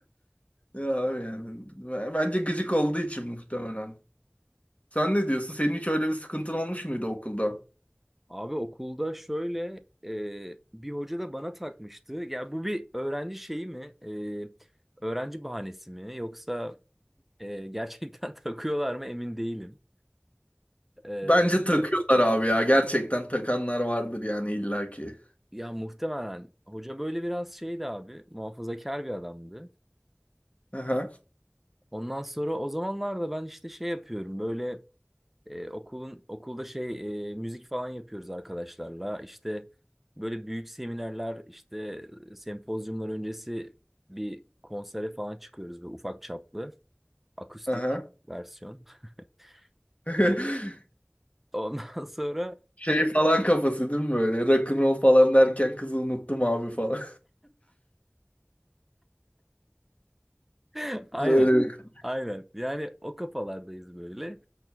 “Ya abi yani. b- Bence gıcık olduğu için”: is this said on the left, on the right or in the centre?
Left